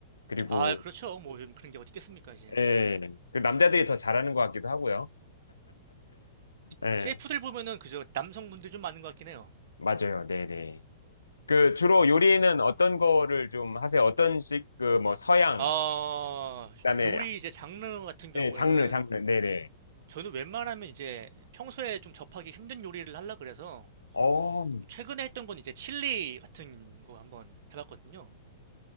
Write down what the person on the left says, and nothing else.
그리고
예, 그 남자들이 더 잘하는 것 같기도 하고요. 예.
맞아요. 네네. 그 주로 요리는 어떤 거를 좀 하세요? 어떤 식, 그 뭐 서양,
그다음에
네, 장르, 장르. 네네.
어,